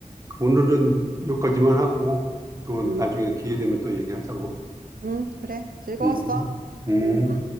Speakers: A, on the right; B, on the right.
A: 오늘은 여기까지만 하고 또
B: 음,
A: 나중에 기회 되면 또 얘기하자고.
B: 음, 그래. 즐거웠어.
A: 음, 음.
B: 음.